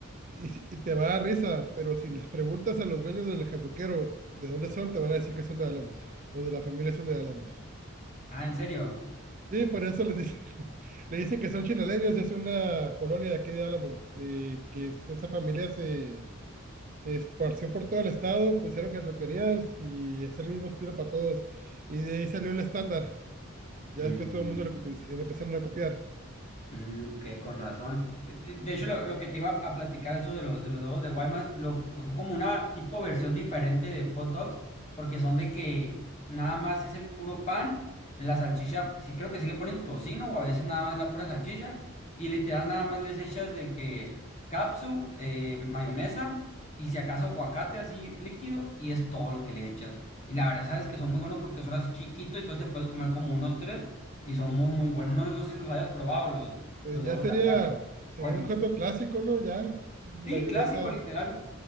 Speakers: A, on the right; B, on the left.
A: Y, si- y te va a dar risa, pero si les preguntas a los dueños del jatuquero de dónde son, te van a decir que son de Álamos, o de la familia son de Álamos.
B: Ah, ¿en serio?
A: Sí, por eso les dicen, <laughs> le dicen que son chinaleños, es una colonia de aquí de Álamos, eh, que es- esa familia se Se esparció por todo el estado, pusieron cantoquerías y es el mismo estilo para todos. Y de ahí salió el estándar. Ya
B: Mm.
A: después todo el mundo lo, copi- le empezaron a copiar.
B: Mm, ok, con razón. De, de- de hecho, lo, lo que te iba a platicar, eso de los, de los dogos de Guaymas, lo, pues, son como una tipo versión diferente de hot dogs, porque son de que nada más es el puro pan, la salchicha, sí creo que sí le ponen tocino o a veces nada más la pura salchicha, y literal nada más les echas de que capsu, eh, mayonesa, y si acaso aguacate así líquido, y es todo lo que le echas. Y la verdad, sabes que son muy buenos porque son así chiquitos, y entonces te puedes comer como unos tres, y son muy, muy buenos. No, no sé si los hayas probado los.
A: Pues
B: Los
A: ya
B: ojos
A: sería,
B: de acá de
A: sería
B: Guaymas.
A: un hot dog clásico, ¿no? Ya, pues, mayonesa,
B: Sí, clásico literal.